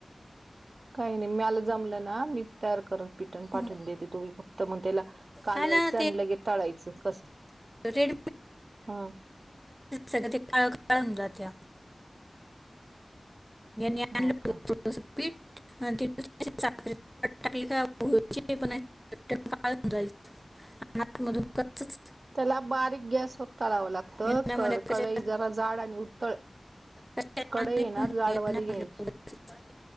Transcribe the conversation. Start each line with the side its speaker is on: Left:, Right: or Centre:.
Right: काही नाही मीला जमलं ना मी तयार करत पिटन पाठवून
Centre: हं.
Right: देते तुम्ही फक्त मग त्याला कालवायचं
Centre: हा ना
Right: आणि लगे तळायचं कसं
Centre: े
Right: ह
Centre: सगळ्या काळ का जात्या आणलंी
Right: हो का
Centre: टाकली का हो पण काय जायच मधून कस
Right: त्याला बारीक गॅस फक्ता लावं लागत
Centre: यांना
Right: क
Centre: मला कशा
Right: कडई जरा जाड आणि उत्तळ
Centre: कशा
Right: कडे
Centre: आणले
Right: ये
Centre: म्हणलं
Right: ना जाडवाली
Centre: यांना
Right: घ्यायची
Centre: म्हटलं उगाचच.